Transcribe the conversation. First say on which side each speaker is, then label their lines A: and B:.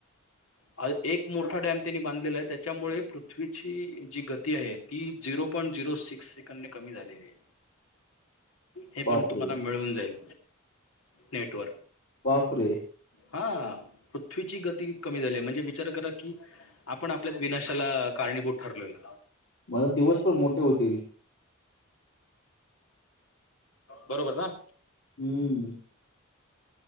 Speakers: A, on the left; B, on the left.
A: आ एक मोठा डॅम त्यांनी बांधलेलाय, त्याच्यामुळे पृथ्वीची जी गती आहे. ती झिरो पॉईंट झिरो सिक्स सेकंदनी कमी झालेलीय. हे
B: बापरे!
A: पण तुम्हाला मिळून जाईल. नेटवर.
B: वापरे!
A: हा. पृथ्वीची गती कमी झालीय. म्हणजे विचार करा की आपण आपल्याच विनाशाला कारणीभूत ठरलेलो.
B: मग आता दिवस पण मोठे होतील.
A: बरोबर ना?
B: अम्म.